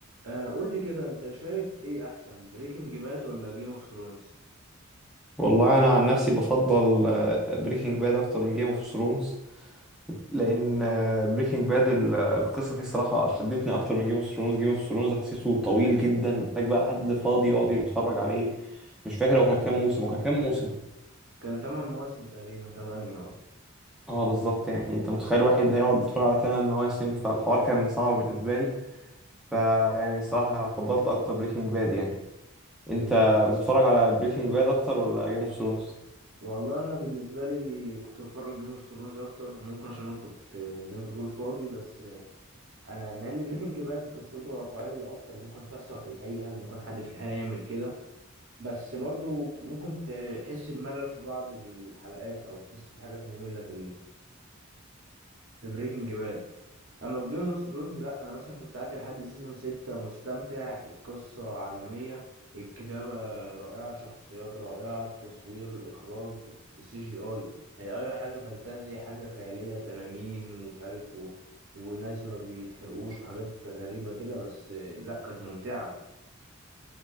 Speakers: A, on the right; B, in the centre.
A: آه قول لي كده انت شايف ايه احسن بريكنج باد ولا جيم اوف ثرونز
B: والله انا عن نفسي بفضل بريكنج باد اكتر من جيم اوف ثرونز لان بريكنج باد القصه فيه صراحه شدتني اكتر من جيم اوف ثرونز جيم اوف ثرونز حسيته طويل جدا محتاج بقى حد فاضي يقعد يتفرج عليه مش فاكر هو كان كام موسم وكان كام موسم
A: كان تمن مواسم تقريبا تمانية اه
B: اه بالظبط يعني انت متخيل واحد هيقعد يتفرج على تمن مواسم فالحوار كان صعب بالنسبه لي فيعني صراحه فضلت اكتر بريكنج باد يعني انت بتتفرج على بريكنج باد اكتر ولا جيم اوف ثرونز
A: والله انا بالنسبه لي كنت بتفرج جيم اوف ثرونز اكتر ممكن عشان انا كنت آه، زي ما انت بتقول فاضي بس آه، انا مع ان بريكنج باد قصته واقعيه اكتر ممكن تحصل في الحقيقه ممكن حد في الحقيقه يعمل كده بس برضو ممكن تحس بملل في بعض الحلقات او تحس في حاجات ممله في في بريكنج باد اما في جيم اوف ثرونز لا انا مثلا كنت قعدت لحد سيزون ستة مستمتع القصة عالمية الكتابة رائعة شخصيات رائعة التصوير الاخراج السي جي اي هي اي حاجة فانتازيا حاجة خيالية تنانين ومش عارف و... وناس ما بيتحرقوش وحاجات غريبة كده بس آه، لا كانت ممتعة